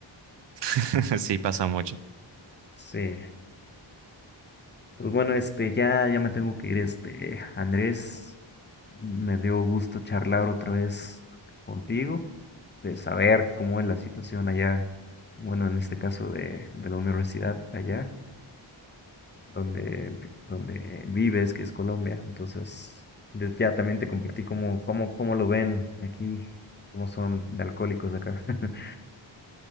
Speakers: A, on the right; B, on the left.
A: <laughs> Sí, pasa mucho.
B: Sí. Pues bueno, este, ya, ya me tengo que ir, este, Andrés. Me dio gusto charlar otra vez contigo, de saber cómo es la situación allá, bueno, en este caso de, de la universidad allá, donde, vi- donde vives, que es Colombia. Entonces, de- ya también te compartí cómo, cómo, cómo lo ven aquí, cómo son de alcohólicos acá. <laughs>